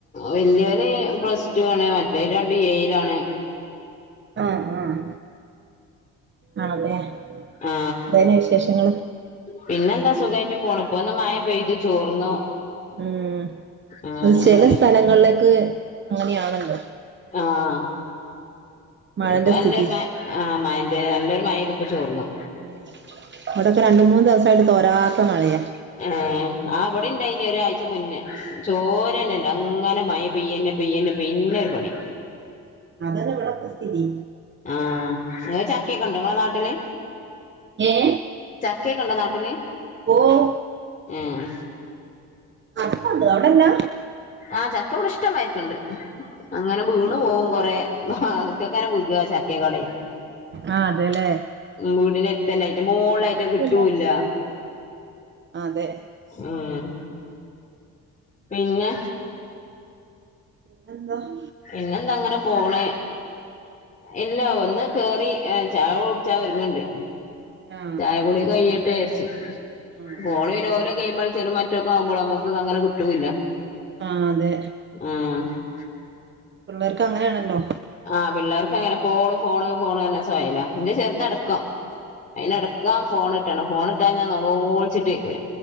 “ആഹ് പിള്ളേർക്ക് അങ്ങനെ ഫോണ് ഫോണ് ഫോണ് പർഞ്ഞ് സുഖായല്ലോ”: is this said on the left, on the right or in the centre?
Left